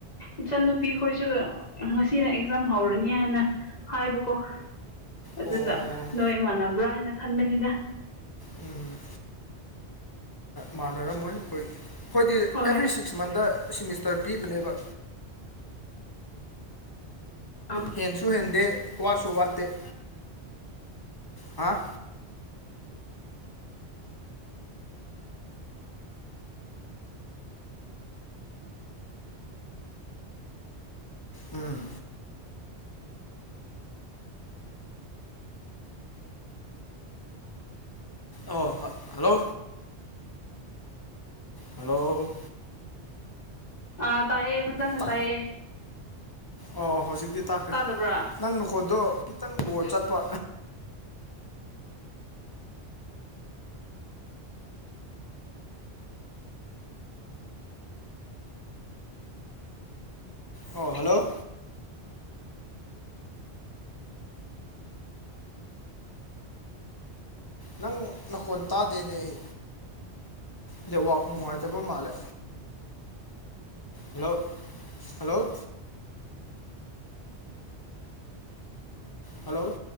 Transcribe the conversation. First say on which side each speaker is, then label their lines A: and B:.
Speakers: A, on the left; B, on the left.
A: ꯏꯆꯟꯅꯨꯄꯤꯈꯣꯏꯁꯨ ꯉꯁꯤꯅ ꯑꯦꯛꯖꯥꯝ ꯍꯧꯔꯤꯅꯦ ꯍꯥꯏꯅ ꯍꯥꯏꯕꯀꯣ ꯑꯗꯨꯗ
B: ꯑꯣ
A: ꯅꯣꯏ ꯏꯃꯥꯟꯅꯕ꯭ꯔꯥ ꯍꯥꯏꯅ ꯈꯟꯕꯅꯤꯗ
B: ꯎꯝ ꯃꯥꯟꯅꯔꯝꯃꯣꯏ ꯑꯩꯈꯣꯏ ꯑꯩꯈꯣꯏꯗꯤ
A: ꯍꯣꯏ
B: ꯑꯦꯚ꯭ꯔꯤ ꯁꯤꯛꯁ ꯃꯟꯗ ꯁꯤꯃꯤꯁꯇꯔ ꯄꯤꯕꯅꯦꯕ
A: <inaudible>
B: ꯍꯦꯟꯁꯨ ꯍꯦꯟꯗꯦ ꯋꯥꯠꯁꯨ ꯋꯥꯠꯇꯦ ꯍꯥ ꯎꯝ ꯑꯣ ꯍꫭꯏ ꯍꯜꯂꯣ ꯍꯜꯂꯣ!
A: ꯑ ꯇꯥꯏꯌꯦ ꯐꯖꯟꯅ
B: ꯇꯥ
A: ꯇꯥꯏꯌꯦ
B: ꯑꯣ ꯍꯧꯖꯤꯛꯇꯤ ꯇꯥꯈ꯭ꯔꯦ
A: ꯇꯥꯗꯕ꯭ꯔꯥ
B: ꯅꯪ ꯅꯈꯣꯟꯗꯣ ꯈꯤꯇꯪ ꯑꫭ ꯆꯠꯄ ꯑꯣ ꯍꯜꯂꯣ! ꯅꯪ ꯅꯈꯣꯟ ꯇꯥꯗꯦꯅꯦ ꯑꯩ ꯅꯦꯠꯋꯥꯛ ꯅꯨꯡꯉꯥꯏꯇꯕ ꯃꯥꯜꯂꯦ ꯍꯜꯂꯣ! ꯍꯜꯂꯣ! ꯍꯜꯂꯣ!